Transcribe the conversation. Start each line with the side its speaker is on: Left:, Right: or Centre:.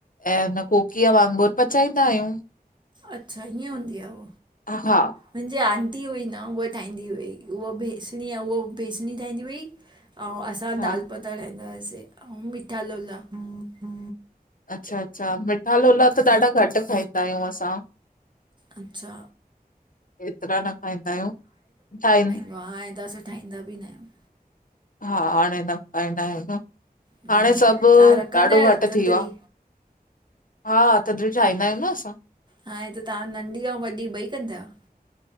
Left: ऐं कोकीअ वांगुरु पचाईंदा आहियूं।
Right: अचछा इअं हूंंद आहे उ
Left: हा।
Right: मुंहिंजी आंटी हुई न उहा ठाहींदी हुई उहा बेसणी उहा बेसणी ठाहींदी हुई। ऐं असां
Left: हा
Right: दाल पता ठाहींदा हुआसीं ऐं मिठा लोला हह।
Left: अच्छा अच्छा मिठा लोला त ॾाढा घटि खाईंदा आहियूं असां।
Right: अच्छा
Left: एतिरा न खाईंदा आहियूं ठाहंद
Right: तहां आंदसां ठाहींदा बि न आहियूं।
Left: हा हाणे न पाईंदा आहियूं
Right: हम्म,
Left: हाणे सभु
Right: तव्हां रखंदा
Left: ॾाढो
Right: आहियो
Left: घटि
Right: थधिड़ी
Left: थी वियो आहे। हा त द्रिज आईंदा आहियूं न असां।
Right: हाणे त तव्हां नंढी ऐं वॾी ॿई कंदा आहियो?